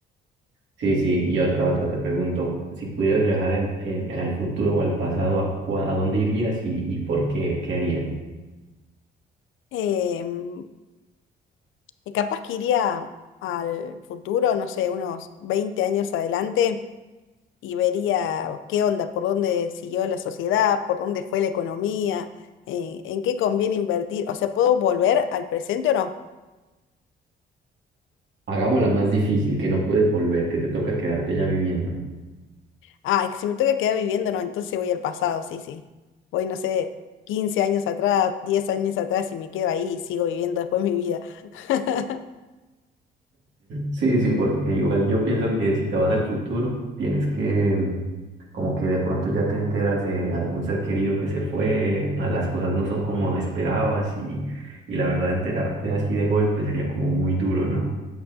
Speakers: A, on the right (about 65°); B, on the left (about 80°).
A: Sí, sí, y otra, otra, te pregunto, si pudieras viajar en, en- al futuro o al pasado, ¿a, cua- a dónde irías y, y por qué? ¿Qué harías?
B: Em, y capaz que iría al futuro, no sé, unos 20 años adelante y vería qué onda, por dónde siguió la sociedad, por dónde fue la economía, eh, en qué conviene invertir. O sea, ¿puedo volver al presente o no?
A: Hagámosla más difícil, que no puedes volver, que te toca quedarte ya viviendo.
B: Ah, es que si me toca quedar viviendo, no, entonces voy al pasado, sí, sí. Voy, no sé, 15 años atrás, 10 años atrás y me quedo ahí y sigo viviendo después mi vida. <laughs>
A: Sí, sí, porque igual yo pienso que si te vas al futuro, tienes que, mm, como que de pronto ya te enteras de algún ser querido que se fue, na- las cosas no son como esperabas y, y la verdad enterarte así de golpe sería como muy duro, ¿no?